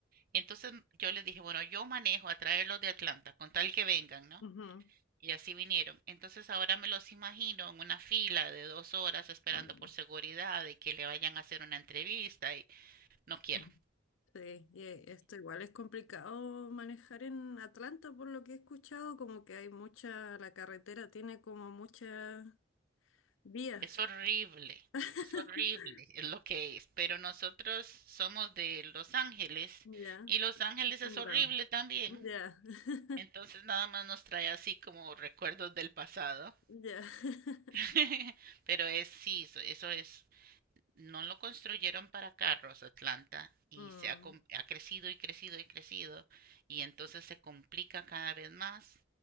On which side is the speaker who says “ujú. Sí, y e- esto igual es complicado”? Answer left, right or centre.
Left